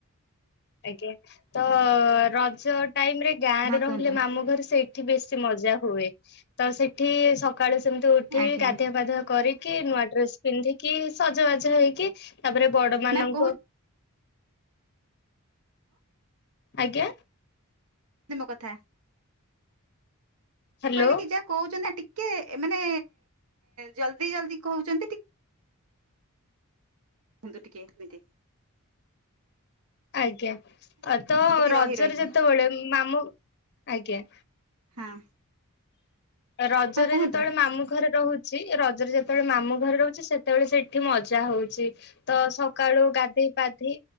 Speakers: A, on the left (about 50°); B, on the right (about 80°).
A: ଆଜ୍ଞା ତ ରଜ ଟାଇମ ରେ ଗାଁରେ
B: ହଁ
A: ରହିଲେ
B: କୁହନ୍ତୁ
A: ମାମୁଁ ଘରେ ସେଇଠି ବେଶୀ ମଜା ହୁଏ, ତ ସେଠି <unintelligible> ସକାଳୁ ସେମିତି ଉଠିକି
B: ଆଜ୍ଞା
A: ଗାଧୁଆ ପାଧୁଆ କରିକି ନୂଆ ଡ୍ରେସ ପିନ୍ଧିକି ସଜବାଜ ହେଇକି ତାପରେ ବଡ ମାନଙ୍କୁ
B: ମ୍ୟାମ କହୁଛି
A: ଆଜ୍ଞା।
B: ତମ କଥା,
A: ହ୍ୟାଲୋ
B: କହିଲେ କି ଯା କହୁଛନ୍ତି ନା ଟିକେ ମାନେ ଜଲଦି ଜଲଦି କହୁଛନ୍ତି ଟି <unintelligible> ଟିକେ ଏମିତି
A: ଆଜ୍ଞା ତ
B: ଟିକେ
A: ରଜରେ
B: ରହି ରହିକି
A: ଯେତେବେଳେ ମାମୁଁ ଆଜ୍ଞା
B: ହଁ।
A: ରଜରେ
B: ହଁ କୁହନ୍ତୁ
A: ଯେତେବେଳେ ମାମୁଁ ଘରେ ରହୁ ସେଇ ରଜରେ ଯେତେବେଳେ ମାମୁଁ ଘରେ ରହୁଛି ସେତେବେଳେ ସେଇଠି ମଜା ହଉଛି। ତ ସକାଳୁ ଗାଧଇ ପାଧେଇ